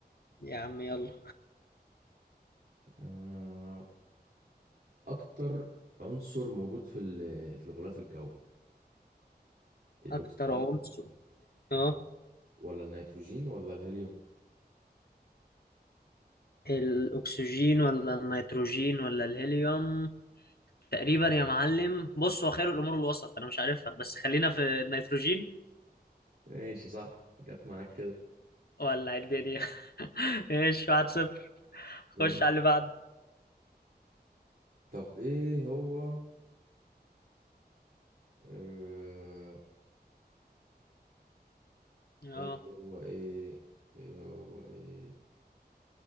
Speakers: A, on the left; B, on the right.
A: يا عم يلا
B: آه اكتر عنصر موجود في ال- في الغلاف الجوي الاكسجين
A: اكتر عنصر اه
B: ولا النيتروجين ولا الهيليوم
A: الاكسجين ولا النيتروجين ولا الهيليوم تقريبا يا معلم بص هو خير الامور الوسط انا مش عارفها بس خلينا في النيتروجين
B: ماشي صح جت معاك كده
A: ولع الدنيا <laughs> ايش واحد صفر
B: ماشي.
A: خش على اللي بعده
B: طب ايه هو آه...
A: اه
B: ايه هو ايه ايه هو ايه